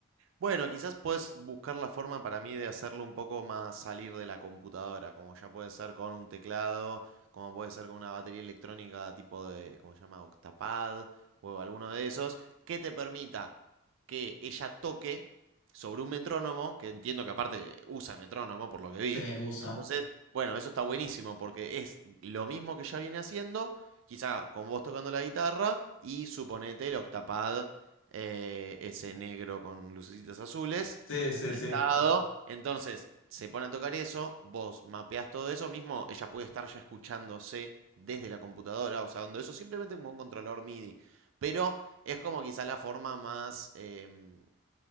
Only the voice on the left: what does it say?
Se usa.
Sí, sí,
sí,